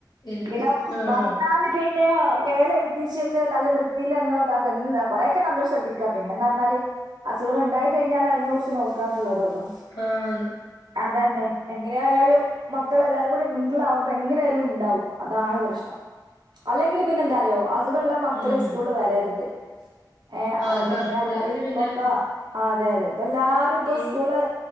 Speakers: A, on the left; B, on the right.
A: ഇല്ല.
B: പിനപ്പൊ
A: ആഹ്
B: വന്നാല്, പിന്നെ മേല കഴകീച്ചൊക്കെ നല്ല വൃത്തിയിൽ അങ്ങനെതാക്കും കൊറെക്കെ നമ്മള് ശ്രദ്ധിക്ക പിന്നന്ന് പറഞ്ഞാല്, അസുഖൾ ഉണ്ടായി കഴിഞ്ഞാൽ അതിനെ കുറിച്ച് നോക്കാന്നുള്ളതെ ഉള്ളൂ.
A: ആഹ് ന്ന്,
B: അതന്നെ എങ്ങന ആയാലും, മക്കള എല്ലാരും കൂടി മിംഗിൾ ആകുമ്പോ എങ്ങനെലും ഉണ്ടാവും അതാണ് പ്രശ്നം അല്ലെങ്കിൽ പിന്നെ എന്താ, ഓ അസുഖള്ള മക്കള്
A: ഉം.
B: സ്കൂളിൽ വരരുത്, ഏഹ്
A: ആഹ്
B: അത്
A: അതാ
B: പിന്നെർഞ്ഞാല്
A: പുള്ളാര്
B: ഇപ്പൊക്ക
A: പിന്നെ
B: ആഹ് അതെ, അതെ ഇപ്പ എല്ലാരും ഇപ്പോ
A: ഈ
B: സ്കൂള്ല്